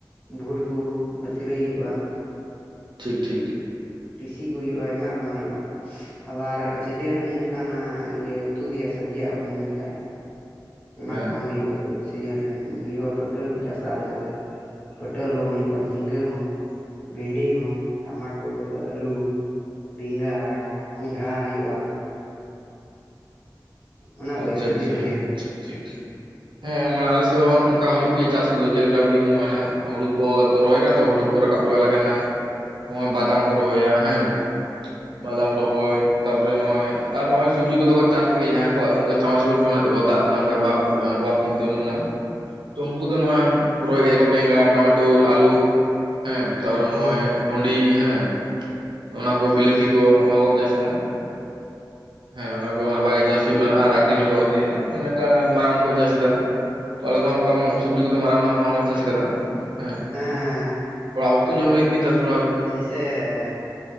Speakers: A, on the left; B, on the right.
A: ᱵᱷᱩᱴᱠᱚ ᱢᱤᱥᱨᱤ ᱦᱩᱭᱩᱜᱼᱟ
B: ᱴᱷᱤᱠ ᱴᱷᱤᱠ
A: ᱴᱤᱥᱤ ᱠᱚ ᱦᱩᱭᱩᱜᱼᱟ ᱟᱭᱢᱟ ᱨᱚᱠᱚᱢᱟᱜ ᱦᱩᱭᱩᱜᱼᱟ ᱟᱵᱟᱨ ᱥᱤᱡᱤᱱ ᱨᱮᱢ ᱧᱮᱞ ᱞᱮᱠᱷᱟᱱ ᱚᱱᱟ ᱤᱭᱟ. ᱩᱛᱩ ᱛᱮᱭᱟᱜ ᱥᱚᱵᱽᱡᱤᱭᱟᱜ ᱧᱮᱞ ᱞᱮᱠᱟᱱ ᱚᱱᱟ
B: ᱦᱮᱸ
A: ᱠᱚᱦᱚᱸ ᱦᱩᱭᱩᱜᱼᱟ ᱥᱤᱡᱤᱱ ᱨᱮ ᱦᱩᱭᱩᱜᱼᱟ ᱯᱟᱹᱴᱟᱹᱞ ᱠᱚ ᱪᱟᱥᱟ ᱟᱞᱮ ᱥᱮᱫ ᱫᱚ᱾ ᱯᱟᱹᱴᱟᱹᱞ ᱦᱚᱸ ᱦᱩᱭᱩᱜᱼᱟ ᱡᱷᱤᱸᱜᱟᱹ ᱦᱚᱸ᱾ ᱵᱷᱤᱰᱤ ᱦᱚᱸ ᱴᱟᱢᱟᱴᱳᱞ ᱟᱹᱞᱩ ᱵᱮᱸᱜᱟᱲ ᱠᱚᱸᱰᱷᱟ ᱦᱩᱭᱩᱜᱼᱟ᱾ ᱚᱱᱟ ᱠᱚ
B: ᱟᱪᱪᱷᱟ
A: ᱦᱩᱭᱩᱜᱼᱟ ᱥᱤᱡᱤᱱ
B: ᱟᱪᱪᱷᱟ
A: ᱥᱤᱡᱤᱱ ᱨᱮ᱾
B: ᱴᱷᱤᱠ ᱴᱷᱤᱠ᱾ ᱦᱮᱸ ᱢᱟᱱᱮ ᱟᱞᱮᱥᱮᱫ ᱦᱚᱸ ᱚᱱᱠᱟ ᱦᱩᱭᱩᱜ ᱜᱮᱭᱟ ᱪᱟᱥ ᱠᱚᱫᱚ ᱡᱮᱞᱮᱠᱟ ᱵᱵᱤᱱ ᱱᱚᱜᱼᱚᱭ ᱦᱟᱜ ᱦᱩᱲᱩ ᱠᱚ ᱨᱚᱦᱚᱭ ᱠᱟᱱᱟ ᱛᱚ ᱦᱩᱲᱩ ᱠᱚ ᱨᱟᱠᱟᱵ ᱡᱚᱣᱟᱜ ᱞᱮᱠᱟᱱᱟᱜ ᱱᱚᱜᱼᱚᱭ ᱵᱟᱫᱟᱢ ᱠᱚ ᱨᱚᱦᱚᱭᱟ ᱦᱮᱸ ᱵᱟᱫᱟᱢ ᱨᱚᱦᱚᱭ ᱛᱟᱯᱚᱨᱮ ᱱᱚᱜᱼᱚᱭ ᱟᱨ ᱱᱚᱜᱼᱚᱭ ᱥᱚᱵᱽᱡᱤ ᱠᱚᱫᱚ ᱠᱚ ᱪᱟᱥᱮᱫ ᱜᱮᱭᱟ ᱡᱟᱦᱟᱸᱭ ᱠᱚᱣᱟᱜ ᱥᱟᱢᱢᱟᱨᱥᱤᱵᱚᱞ ᱠᱚ ᱢᱮᱱᱟᱜ ᱛᱟᱠᱚᱣᱟ ᱫᱟᱜ ᱨᱮᱱᱟᱜ ᱱᱚᱝᱠᱟ ᱚᱵᱷᱟᱵᱽ ᱪᱤᱱᱛᱟᱹ ᱵᱟᱹᱱᱩᱜ ᱟᱱᱟ ᱛᱳ ᱩᱱᱠᱩ ᱠᱚᱫᱚ ᱱᱚᱣᱟ ᱯᱚᱨᱚᱭ ᱮᱫᱟ ᱠᱚ ᱵᱮᱸᱜᱟᱲ, ᱴᱟᱢᱟᱴᱳᱨ, ᱟᱞᱩ ᱦᱮᱸ ᱛᱟᱯᱚᱨᱮ
A: ᱦᱩᱸ
B: ᱱᱚᱜᱼᱚᱭ ᱵᱷᱩᱸᱰᱤ ᱦᱮᱸ ᱚᱱᱟ ᱠᱚ
A: ᱦᱩᱸ
B: ᱵᱤᱞᱟᱹᱛᱤ
A: ᱦᱮᱸ
B: ᱠᱚ ᱚᱱᱟ ᱠᱚ ᱪᱟᱥ ᱮᱫᱟ ᱦᱮᱸ ᱚᱱᱟ ᱠᱚ ᱱᱟᱯᱟᱭ ᱜᱮ ᱪᱟᱥ ᱦᱩᱭᱩᱜ ᱠᱟᱱᱟ ᱟᱨ ᱟᱠᱷᱨᱤᱧ ᱦᱚᱸᱠᱚ ᱟᱠᱷᱨᱤᱧ ᱮᱫᱟ ᱚᱱᱮ ᱚᱱᱠᱟ ᱢᱟᱨᱟᱝ ᱠᱚ ᱪᱟᱥ ᱮᱫᱟ ᱛᱚ ᱟᱞᱮ ᱫᱚ ᱚᱱᱠᱟ ᱥᱚᱵᱽᱡᱤ ᱠᱚᱫᱚ ᱢᱟᱨᱟᱝ ᱫᱚ ᱵᱟᱝᱞᱮ ᱪᱟᱥ ᱟᱠᱟᱫᱟ᱾ ᱦᱮᱸ
A: ᱦᱮᱸ
B: ᱚᱲᱟᱜ ᱢᱚᱛᱚ ᱡᱚᱢ ᱞᱟᱹᱜᱤᱫ ᱜᱮ ᱪᱟᱥ ᱵᱟᱲᱟ ᱦᱩᱭᱩᱜ ᱠᱟᱱᱟ᱾
A: ᱛᱮᱻᱮᱻᱮ